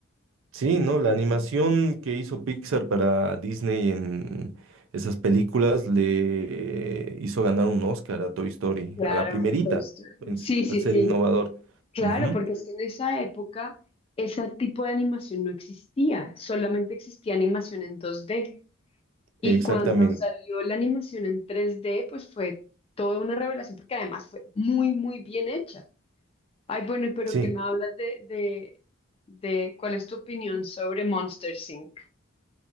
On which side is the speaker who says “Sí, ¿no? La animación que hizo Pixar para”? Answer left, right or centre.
Right